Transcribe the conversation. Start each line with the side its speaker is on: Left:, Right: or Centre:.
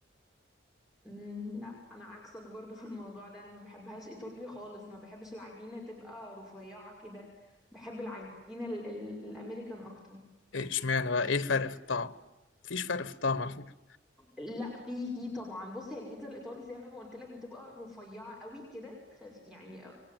Centre: مم لا انا عكسك برضو في الموضوع ده انا ما بحبهاش ايطالي خالص ما بحبش العجينة تبقى رفيعة كده بحب العجينة ال- ال- الامريكان اكتر
Left: ايه اشمعنى بقى ايه الفرق في الطعم مفيش فرق في الطعم على فكرة
Centre: لا في في طبعا بص هي البيتزا الايطالي زي ما قلت لك بتبقى رفيعة قوي كده خف- يعني